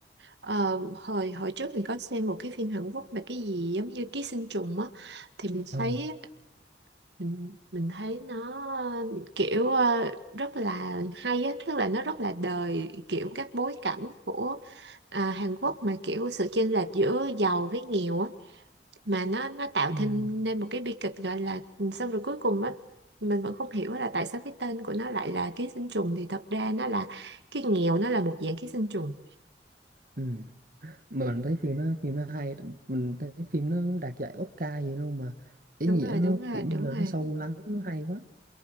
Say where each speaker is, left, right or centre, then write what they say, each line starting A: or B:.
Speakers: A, on the right; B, on the right.
A: Ờ, hồi hồi trước mình có xem một cái phim Hàn Quốc mà cái gì giống như ký sinh trùng á thì mình
B: ờ
A: thấy mình, mình thấy nó kiểu ờ, rất là hay á tức là nó rất là đời kiểu các bối cảnh của à, Hàn Quốc mà kiểu sự chênh lệch giữa giàu với nghèo á mà nó nó tạo
B: ừ.
A: thành nên một cái bi kịch gọi là xong rồi cuối cùng á mình vẫn không hiểu là tại sao cái tên của nó lại là ký sinh trùng thì thật ra nó là cái nghèo nó là một dạng ký sinh trùng
B: Ừ. mình thấy phim nó phim nó hay mình thấy phim nó đạt giải Oscar gì luôn mà ý
A: đúng
B: nghĩa
A: rồi
B: nó
A: đúng rồi
B: kiểu
A: đúng
B: như là
A: rồi
B: nó sâu lắng nó hay quá